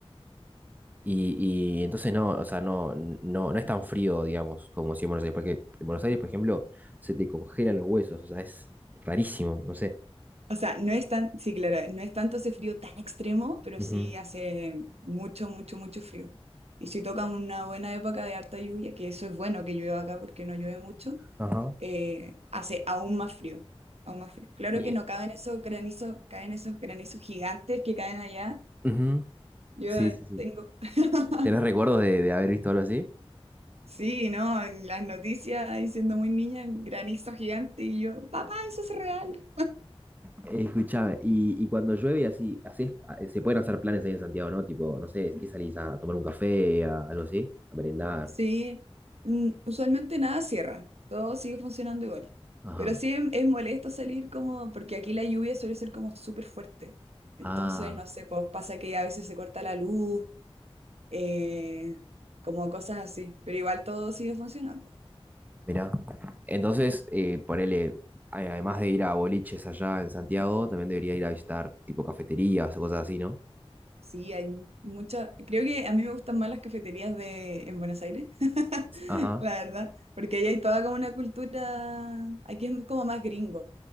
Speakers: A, on the right; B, on the right.
A: Y, y entonces no, o sea, no, no, no es tan frío, digamos, como si en Buenos Aires, porque en Buenos Aires, por ejemplo, se te congelan los huesos, o sea, es rarísimo, no sé.
B: O sea, no es tan, sí, claro, no es tanto ese frío tan extremo, pero
A: Ujú.
B: sí hace mucho, mucho, mucho frío. Y si toca una buena época de harta lluvia, que eso es bueno que llueva acá porque no llueve mucho,
A: Ajá.
B: eh, hace aún más frío, aún más frío. Claro
A: Y,
B: que no caben esos granizos, caen esos granizos gigantes que caen allá.
A: ujú.
B: Yo
A: Sí, sí, sí.
B: tengo, <laughs>
A: ¿Tenés recuerdos de, de haber visto algo así?
B: sí, ¿no? En las noticias, diciendo muy niña, granizo gigante, y yo, papá, eso es real.
A: Escuchame, y, y cuando llueve y así, así es- a- se pueden hacer planes ahí en Santiago, ¿no? Tipo, no sé, ¿qué salís a tomar un café, a- algo así? A merendar.
B: Sí, mm, usualmente nada cierra, todo sigue funcionando igual.
A: Ajá.
B: Pero sí es, es molesto salir como, porque aquí la lluvia suele ser como súper fuerte. Entonces,
A: Ah,
B: no sé, pues pasa que a veces se corta la luz, eh, como cosas así, pero igual todo sigue funcionando.
A: mirá. Entonces, eh, ponele, a- además de ir a boliches allá en Santiago, también debería ir a visitar tipo cafeterías o cosas así, ¿no?
B: Sí, hay mu- mucha, creo que a mí me gustan más las cafeterías de, en Buenos Aires, <laughs>
A: Ajá.
B: la verdad, porque ahí hay toda como una cultura, aquí es como más gringo